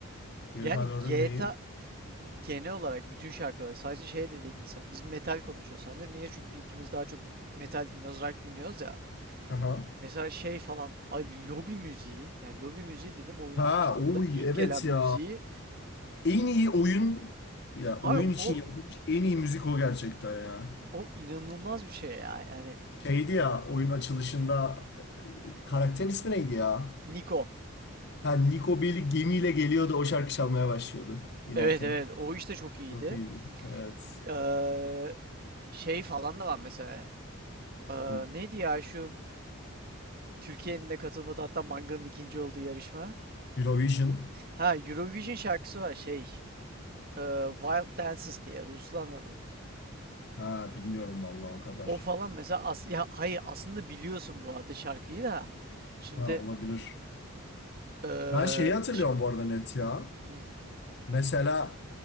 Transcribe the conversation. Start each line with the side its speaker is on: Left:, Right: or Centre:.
Left: GTA
Right: Yani
Left: 4'ün
Right: GTA
Left: neyi?
Right: genel olarak bütün şarkıları sadece şey de değil mesela. Biz metal konuşuyoruz sen de. Niye? Çünkü ikimiz daha çok metal dinliyoruz, rock dinliyoruz ya.
Left: Aha.
Right: Mesela şey falan. Ay lobi müziği. yani lobi müziği dedim oyunu
Left: Ha
Right: açtığımda
Left: oy
Right: ilk
Left: evet
Right: gelen müziği.
Left: ya. En iyi oyun ya oyun
Right: Ay
Left: için
Right: o
Left: yapılmış en iyi müzik o gerçekten ya.
Right: O inanılmaz bir şey ya. Yani
Left: Şeydi ya oyunun açılışında e, karakterin ismi neydi ya?
Right: Niko.
Left: Ha Niko Bellic gemiyle geliyordu o şarkı çalmaya başlıyordu inerken.
Right: Evet evet o işte çok iyiydi.
Left: Çok iyiydi. Evet.
Right: Ee, şey falan da var mesela. Ee,
Left: Hı.
Right: neydi ya şu Türkiye'nin de katılmadığı hatta Manga'nın ikinci olduğu yarışma.
Left: Eurovision.
Right: Ha Eurovision şarkısı var şey. e, Wild Dances diye Ruslana'nın.
Left: Ha bilmiyorum vallahi o kadar.
Right: O falan mesela as ya hayır aslında biliyorsun bu adı şarkıyı da. Şimdi
Left: Ha olabilir.
Right: e,
Left: Ben şeyi hatırlıyorum
Right: çık.
Left: bu arada net ya.
Right: Hı.
Left: Mesela